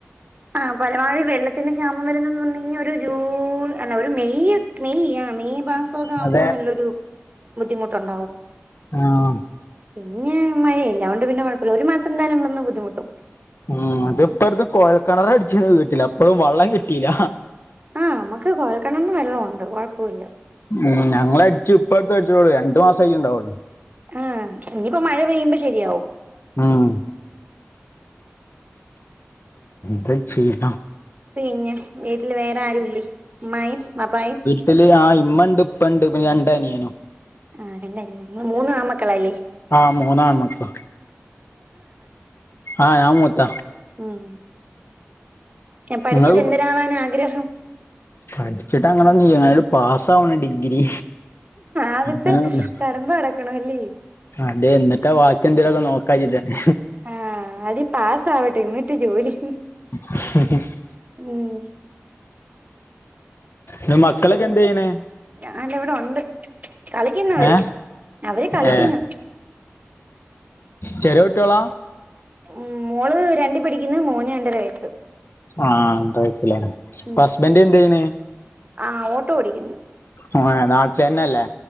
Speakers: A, on the right; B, on the left.
A: ആഹ്, പരമാവധി വെള്ളത്തിന്ന് ക്ഷാമം വരുന്നന്ന് പറഞ്ഞു കഴിഞ്ഞ ഒരു ജൂൺ അല്ല ഒരു മെയ്യ് മെയ് ആ മെയ് വ പുആവുമ്പോ
B: അതെ
A: നല്ലൊരു ബുദ്ധിമുട്ടുണ്ടാവും
B: ആഹ്
A: പിന്നെ മഴയില്ലതുകണ്ട് പിന്നെഴപ്പമില്ല ഒരു മാസംന്തായാലും നമ്മളൊ ബുദ്ധിമുട്ടും
B: ഉം ഇതിപ്പോ അടുത്ത് കോയൽക്കിണറ അടിച്ചന്ന് വീട്ടില അപ്പഴും വെള്ളം കിട്ടിയില്ല
A: ആഹ നമുക്ക് കോഴൽക്കിണറിലു വെള്ള ഉണ്ട് കുഴപ്പമില്ല
B: ഉം ഞങ്ങൾടിച്ച ഇപ്പപ്പോഴത്ത അടിച്ചോളൂ രണ്ടു മാസംമായിക്ക ഉണ്ടാവൂ
A: ഏഹ് ഇനിയിപ്പോ മഴ പെയ്യുമ്പോ ശരിയാവും
B: ഉം ന്ത് ചെയ്യാ
A: പിന്നെ വീട്ടിൽ വേറാരൂല്ലേ ഉമ്മായും വാപ്പായും
B: ട്ട്ല് ആഹ് ഇമ്മണ്ട് ഇപ്പണ്ട് പിന്നെ രണ്ടനിയനും
A: ആ രണ്ടല്ല ഇങ്ങള് മൂന്നാമക്കളാല്ലേ.
B: ആഹ് മോനാണ് ഇമ്മക്ക് ആഹ ഞാ മൂത്ത
A: ഹും എ പഠിച്ചിട്ട്
B: നിങ്ങള്
A: എന്തിരാവാനാ ആഗ്രഹം?
B: പഠിച്ചിട്ട് അങ്ങനെ നിങ്ങിയലും പാസ്സാവണ് ഡിഗ്രി
A: ആദ്യത്തെ
B: അങ്ങനെ പറ
A: കടമ്പ കടക്കണല്ലേ
B: അതെ ന്നിട്ടാ വാക്കിന്തേലക്കെ നോക്കാചിട്ടാണ്.
A: ആഹ ആദ്യം പാസ്സാവട്ടെ എന്നിട്ട് ജോലി
B: <unintelligible>
A: ഉഹും
B: ന്നെ മക്കളോക്കെ എന്ത്യ്യ്ണ്.
A: ഞാന ഇവിടെ ഉണ്ട് കളിക്കുന്നവര്
B: ഏഹ്
A: അവര് കളിക്കുന്നു
B: ഏഹ് ചെറിയ കുട്ട്യാള
A: ഉം, മോള് രണ്ട് പടിക്കുന്നു മോന് രണ്ടര വയസ്സ്.
B: ആഹ <unintelligible> അപ്പൊ
A: ഉം
B: ഹസ്ബന്റ് എന്ത് ചെയ്യണ്
A: ആഹ് ഓട്ടോ ഓടിക്കുന്നു
B: <unintelligible> നാട്ടിലന്നെല്ലേ?